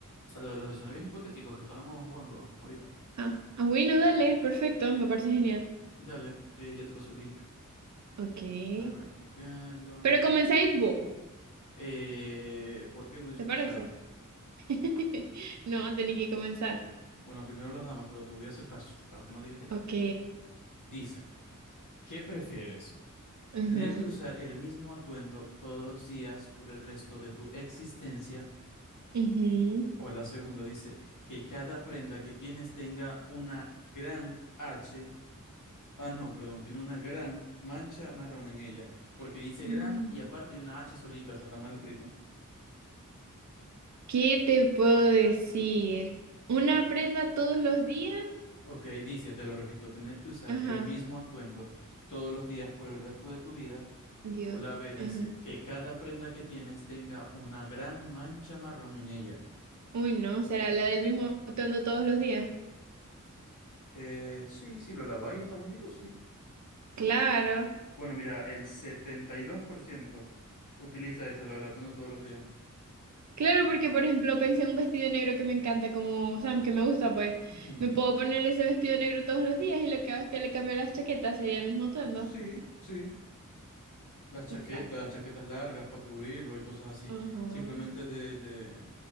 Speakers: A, on the left (about 70°); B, on the right (about 60°).
A: a lo de los escenarios hipotéticos que estábamos jugando ahorita.
B: Ah, ah, bueno, dale, perfecto, me parece genial.
A: Dale, eh, ya te paso el link.
B: Ok.
A: Déjame copiarlo.
B: Pero comenzáis
A: Ah.
B: vos,
A: Eh, ¿por qué voy a decir
B: ¿te
A: pasada?
B: parece? <laughs> No, tenéis que comenzar.
A: Bueno, primero las damas, pero te voy a hacer caso para que no digas qué tal.
B: Ok.
A: Dice, ¿qué prefieres?
B: Ajá.
A: ¿Tener que usar el mismo atuendo todos los días por el resto de tu existencia?
B: ujú.
A: O la segunda dice, que cada prenda que tienes tenga una gran H Ah, no, perdón, tiene una gran mancha marrón en ella, porque dice gran
B: Mm.
A: y aparte hay una H solita, o sea, está mal escrito.
B: ¿Qué te puedo decir? ¿Una
A: <clears throat>
B: prenda todos los días?
A: Ok, dice, te lo repito, tener que usar
B: Ajá,
A: el mismo atuendo todos los días por el resto de tu vida.
B: Dios.
A: O la B dice,
B: Ajá.
A: que cada prenda que tienes tenga una gran mancha marrón en ella.
B: Uy, no, ¿será la del mismo atuendo todos los días?
A: Eh, sí, si lo laváis está bonito, sí.
B: Claro.
A: Bueno, mira, el 72% utiliza esa, lo del atuendo todos los días.
B: Claro, porque por ejemplo pensé en un vestido negro que me encanta, como, o sea, que me gusta, pues
A: Ujú,
B: me puedo poner ese vestido negro todos los días y lo que hago es que le cambio las chaquetas, sería el mismo atuendo.
A: Sí, sí. Las chaquetas,
B: Exacto.
A: chaquetas largas para cubrirlo y cosas así.
B: Ajá,
A: Simplemente de, de,